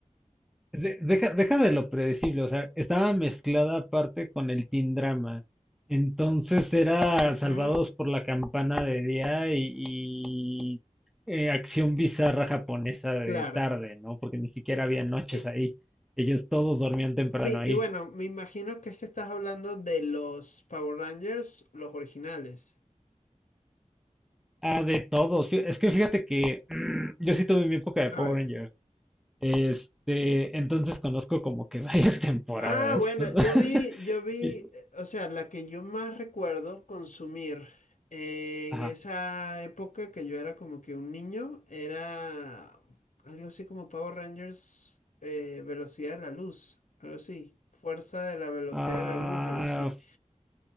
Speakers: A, in the centre; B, on the left (about 75°).
A: De- deja, deja de lo predecible, o sea, estaba mezclada aparte con el teen drama. Entonces era
B: Ujú,
A: Salvados por la Campana de día y, y, eh, acción bizarra japonesa de
B: Claro.
A: tarde, ¿no? Porque ni siquiera había noches
B: Y-
A: ahí. Ellos todos dormían temprano
B: sí,
A: ahí.
B: y bueno, me imagino que es que estás hablando de los Power Rangers, los originales.
A: Ah, de todos. Fí- Es que fíjate que <clears throat> mm, yo sí tuve mi época de
B: A
A: Power
B: ver.
A: Ranger. Este, entonces conozco como que varias <laughs> temporadas.
B: Ah, bueno,
A: <laughs>
B: yo vi, yo vi,
A: Y-
B: eh, o sea, la que yo más recuerdo consumir en
A: Ajá.
B: esa época que yo era como que un niño, era algo así como Power Rangers, eh, Velocidad de la Luz, algo así, Fuerza de la Velocidad
A: Ah,
B: de la Luz, algo así.